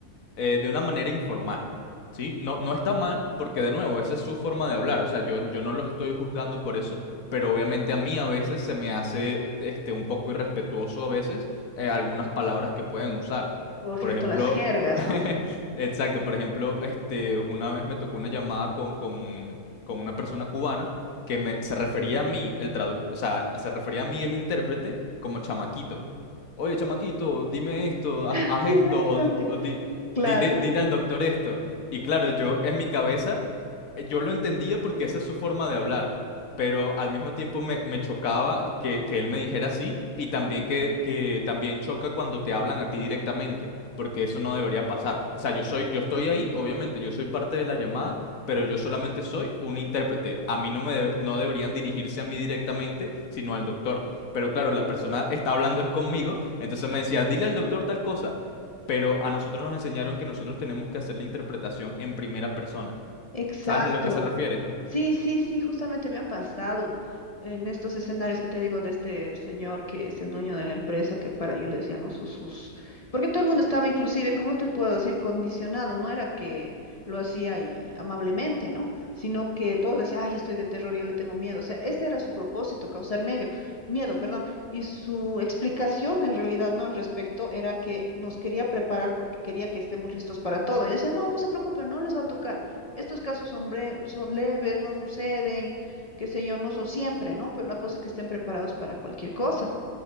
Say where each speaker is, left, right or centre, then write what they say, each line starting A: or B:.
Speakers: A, on the left (about 60°); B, on the left (about 30°).
A: eh, de una manera informal, ¿sí? No, no está mal, porque de nuevo, esa es su forma de hablar, o sea, yo, yo no lo estoy juzgando por eso, pero obviamente a mí a veces se me hace este, un poco irrespetuoso a veces eh, algunas palabras que pueden usar.
B: correcto,
A: Por ejemplo,
B: las jergas,
A: <laughs>
B: ¿no?
A: exacto, por ejemplo, este, una vez me tocó una llamada con, con, con una persona cubana que me, se refería a mí, el tradu- o sea, se refería a mí el intérprete como chamaquito. Oye, chamaquito, dime esto,
B: <laughs>
A: haz, haz
B: Qué
A: esto,
B: interesante.
A: o, di- o di-
B: Claro,
A: dile, dile al doctor esto. Y claro, yo en mi cabeza, eh, yo lo entendía porque esa es su forma de hablar, pero al mismo tiempo me, me chocaba que, que él me dijera así y también que, que también choca cuando te hablan a ti directamente, porque eso no debería pasar. O sea, yo soy, yo estoy ahí, obviamente, yo soy parte de la llamada, pero yo solamente soy un intérprete. A mí no me debe- no deberían dirigirse a mí directamente, sino al doctor. Pero claro, la persona está hablando es conmigo, entonces me decía, dile al doctor tal cosa pero a nosotros nos enseñaron que nosotros tenemos que hacer la interpretación en primera persona.
B: exacto.
A: ¿Sabes a lo que se refiere?
B: Sí, sí, sí, justamente me ha pasado en estos escenarios que te digo de este señor que es el dueño de la empresa, que para yo le decía, no, sus, sus, porque todo el mundo estaba inclusive, ¿cómo te puedo decir? Condicionado, no era que lo hacía y amablemente, ¿no? Sino que todos decían, ay, estoy de terror, ya le tengo miedo. O sea, ese era su propósito, causar medio, miedo, perdón. Y su explicación en realidad, ¿no? Al respecto, era que nos quería preparar porque quería que estemos listos para todo. Y decía, no, no se preocupen, no les va a tocar. Estos casos son, bre- son leves, no suceden, qué sé yo, no son siempre, ¿no? Pero la cosa es que estén preparados para cualquier cosa.